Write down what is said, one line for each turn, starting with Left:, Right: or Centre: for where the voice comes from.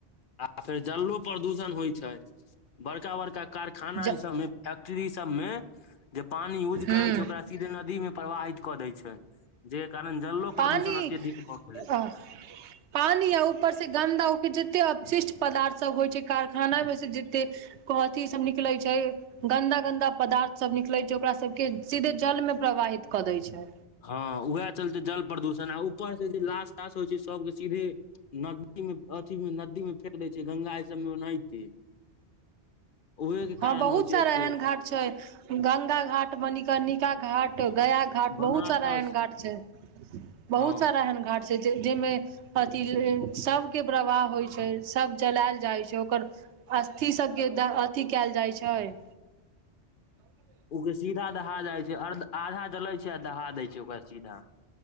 Left: आ फेर जलो प्रदूषण होइ छै, बड़का- बड़का कारखाना
Right: ज
Left: ई सब में फैक्ट्री सब में जे पानी यूज
Right: हूँ
Left: करे छै, ओकरा सीधे नदी में प्रवाहित कऽ देय छै, जेहि कारण जलो
Right: पानी
Left: प्रदूषण अत्यधिक भऽ गेले।
Right: अ पानी आ ऊपर से गन्दा, ओके जते अवशिष्ट पदार्थ सब होइ छै कारखाना में से जते अथि सब निकलै छै गन्दा- गन्दा पदार्थ सब निकले छै, ओकरा सबके के सीधे जल में प्रवाहित कऽ दै छै।
Left: हँ उएह चलते जल प्रदूषण, आ ऊपरसँ जे लाश- तास होइ छै, सभके सीधे नदी में अथी मे नदी मे फेेक दै छै, गंगाजी सबमे ओनाहिते। उहे के
Right: हँ
Left: कारण
Right: बहुत
Left: होइ
Right: सारा
Left: छै एते
Right: एहन घाट छै, गंगा घाट, मणिर्कनिका घाट, गया घाट, बहुत
Left: बनारस
Right: सारा एहन घाट छै, बहुत
Left: हाँ
Right: सारा एहन घाट छै जाहि में सभके प्रवाह होइ छै, सब जलायल जाइ छै, ओकर अस्थि सब के अथि कयल जाइ छै।
Left: ओ सीधा दहा जाइ छै, आधा जलै छै आ दहा दै छै, ओकरा सीधा।